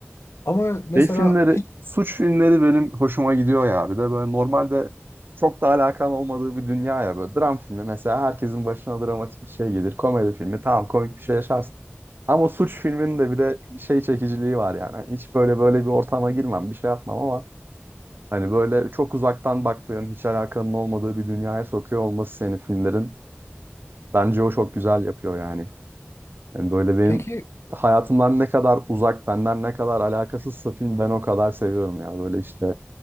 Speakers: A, on the left; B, on the right.
A: Ama mesela
B: Şey filmleri,
A: hiç,
B: suç filmleri benim hoşuma gidiyor ya. Bir de böyle normalde çok da alakan olmadığı bir dünya ya böyle. Dram filmi mesela herkesin başına dramatik bir şey gelir. Komedi filmi tamam komik bir şey yaşarsın. Ama suç filminin de bir de şey çekiciliği var yani. Hani Hiç böyle böyle bir ortama girmem, bir şey yapmam ama hani böyle çok uzaktan baktığın, hiç alakanın olmadığı bir dünyaya sokuyor olması senin filmlerin. Bence o çok güzel yapıyor yani. Yani böyle benim
A: peki
B: hayatımdan ne kadar uzak, benden ne kadar alakasızsa film ben o kadar seviyorum ya. Böyle işte